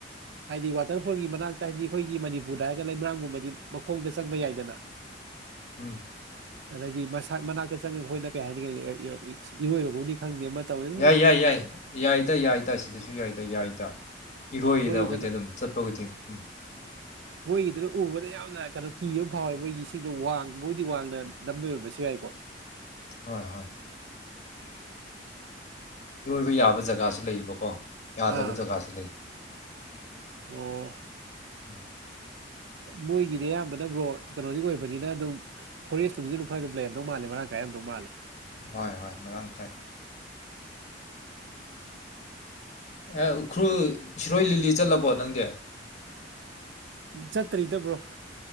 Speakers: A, on the right (about 75°); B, on the left (about 40°).
A: ꯍꯥꯏꯗꯤ ꯋꯥꯇꯔꯐꯣꯜꯒꯤ ꯃꯅꯥꯛꯇ ꯍꯥꯏꯗꯤ ꯑꯩꯈꯣꯏꯒꯤ ꯃꯅꯤꯄꯨꯔꯗ ꯍꯥꯏꯔꯒ ꯂꯩꯃꯔꯥꯡꯒꯨꯝꯕꯗꯤ ꯃꯈꯣꯡꯗ ꯆꯪꯕ ꯌꯥꯏꯗꯅ
B: ꯎꯝ
A: ꯑꯗꯒꯤ ꯃꯁ ꯃꯅꯥꯛꯇ ꯆꯪꯉꯦ ꯑꯩꯈꯣꯏꯅ ꯀꯩ ꯍꯥꯏꯅꯤ ꯏꯔꯣꯏꯕꯕꯨꯅꯤ ꯈꯪꯗꯦ ꯑꯃ ꯇꯧꯋꯤ
B: ꯌꯥꯏ ꯌꯥꯏ ꯌꯥꯏ ꯌꯥꯏꯗ ꯌꯥꯏꯗ ꯁꯤꯗꯤ ꯑꯗꯨꯁꯨ ꯌꯥꯏꯗ ꯌꯥꯏꯗ ꯏꯔꯣꯏꯗ
A: ꯑꯣ ꯃꯣꯏꯒꯤꯗꯨꯅ
B: ꯑꯩꯈꯣꯏꯗꯤ ꯑꯗꯨꯝ ꯆꯠꯄ ꯈꯨꯗꯤꯡ ꯎꯝ
A: ꯃꯣꯏꯒꯤꯗꯨꯅ ꯎꯕꯗ ꯌꯥꯝꯅ ꯀꯩꯅꯣ ꯀꯤꯕ ꯐꯥꯎꯋꯦ ꯃꯣꯏꯒꯤꯁꯤꯡꯗꯣ ꯋꯥꯡꯕꯨꯗꯤ ꯋꯥꯡꯅ <unintelligible> ꯌꯥꯏꯀꯣ
B: ꯍꯣꯏ ꯍꯣꯏ
A: ꯑ <inaudible>
B: ꯏꯔꯣꯏꯕ ꯌꯥꯕ ꯖꯒꯥꯁꯨ ꯂꯩꯌꯦꯕꯀꯣ ꯌꯥꯗꯕ
A: ꯑꯥ
B: ꯖꯒꯥꯁꯨ ꯂꯩ
A: ꯑꯣ
B: ꯎꯝ <inaudible>
A: ꯃꯣꯏꯒꯤꯗꯤ ꯑꯌꯥꯝꯕꯅ ꯕ꯭ꯔꯣ ꯀꯩꯅꯣꯗꯤ ꯑꯣꯏꯕꯅꯤꯅ ꯑꯗꯨꯝ ꯐꯣꯔꯦꯁꯒꯨꯝꯕꯁꯨ ꯑꯗꯨꯝ ꯈꯔ ꯂꯩꯔꯝꯗꯧ ꯃꯥꯜꯂꯦ ꯃꯔꯥꯡ ꯀꯥꯏꯔꯝꯗꯧ ꯃꯥꯂꯦ
B: ꯍꯣꯏ ꯍꯣꯏ ꯃꯔꯥꯡ ꯀꯥꯢ ꯑꯦ ꯎꯈ꯭ꯔꯨꯜ ꯁꯤꯔꯣꯏ ꯂꯤꯂꯤ ꯆꯠꯂꯕꯣ ꯅꯪꯗꯤ
A: ꯆꯠꯇ꯭ꯔꯤꯗ ꯕ꯭ꯔꯣ